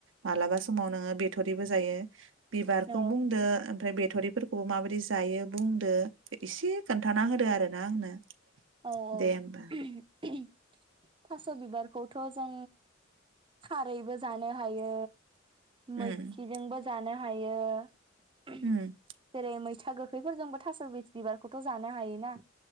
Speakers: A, on the right; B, on the right.
A: मालाबा समाव नोङो बेथ'रिबो जायो बिबारखौ
B: औ
A: बुंदो ओमफ्राय बे बिथ'रिफोरखौबो माबोरै जायो बुंदो एसे खोन्थाना होदो आर ना आंनो
B: औ औ
A: दे होमबा
B: थास' बिबारखौथ' जों खारैबो जानो हायो
A: उम
B: मैखिजोंबो जानो हायो जेरै
A: उम
B: मैथा गोखैफोरजोंबो थास' बि बिबारखौथ' जानो हाय ना